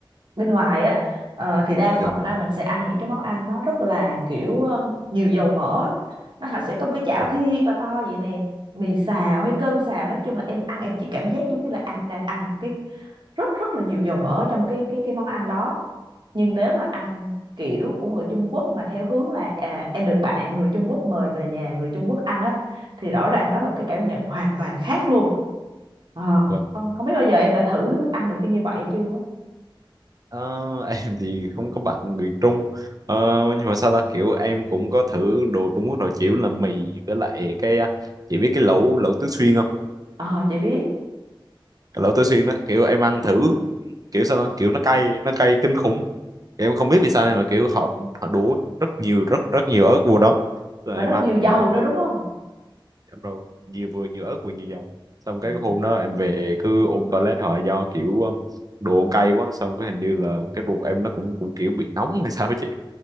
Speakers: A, on the right; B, on the right.
A: bên ngoài á ờ, thì đa phần
B: dạ.
A: là mình sẽ ăn những cái món ăn nó rất là kiểu ờ, nhiều dầu mỡ á. nó họ sẽ có một cái chảo
B: Dạ, vâng.
A: thiệt là to vậy nè mì xào hay cơm xào nói chung là em ăn em chỉ cảm giác giống như là ăn đang ăn rất rất là nhiều dầu mỡ ở trong cái cái cái món ăn đó nhưng nếu mà ăn kiểu của người Trung Quốc mà theo hướng là à, em được bạn người Trung Quốc mời về nhà người Trung Quốc ăn á thì rõ ràng đó là một cái cảm nhận hoàn toàn khác luôn Ờ,
B: vâng.
A: không không biết bao giờ em đã thử ăn được cái như vậy chưa á.
B: Ờ, <laughs> em thì không có bạn người Trung Ờ, nhưng mà sao ta kiểu em cũng có thử đồ Trung Quốc đồ chịu là mì với lại cái à, chị biết cái lẩu lẩu Tứ Xuyên không
A: ờ chị biết
B: Cái lẩu Tứ Xuyên đó kiểu em ăn thử kiểu sao ta kiểu nó cay nó cay kinh khủng Kiểu em không biết vì sao nhưng mà kiểu họ họ đổ rất nhiều rất rất nhiều ớt vô đó rồi
A: và
B: em
A: rất
B: ăn
A: nhiều dầu
B: ăn
A: nữa
B: tới
A: đúng không
B: chậm rồi nhiều vừa nhiều ớt vừa nhiều dầu xong
A: ừ.
B: cái hôm đó em về cứ ôm toilet hoài do kiểu ờ, đồ ăn cay quá xong cái hình như là cái ruột em nó cũng cũng kiểu bị nóng hay sao á chị